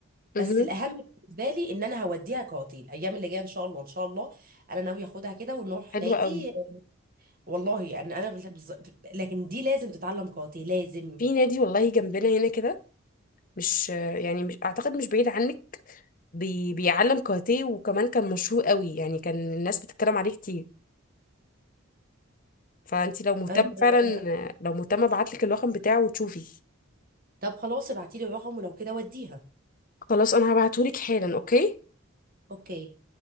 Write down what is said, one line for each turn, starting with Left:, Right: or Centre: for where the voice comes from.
Left: مهم.
Right: بس الاهم بالنسبه لي ان انا هوديها قاعدين الايام اللي جايه ان شاء الله ان شاء الله انا ناويه اخدها كده ونروح
Left: حلو
Right: نادي
Left: قوي
Right: والله يعني انا بال- بز- لكن دي لازم تتعلم قاعدين لازم
Left: في نادي والله جنبنا هنا كده مش يعني مش أعتقد مش بعيد عنك بي بيعلم كاراتيه وكمان كان مشهور قوي يعني كان الناس بتتكلم عليه كتير فانت لو مهتمه
Right: آه، آه،
Left: فعلا
Right: آه.
Left: لو مهتمه ابعتلك الرقم بتاعه وتشوفي
Right: طب خلاص ابعتيلي الرقم ولو كده وديها
Left: خلاص انا هبعتهولك حالا اوكي
Right: اوكي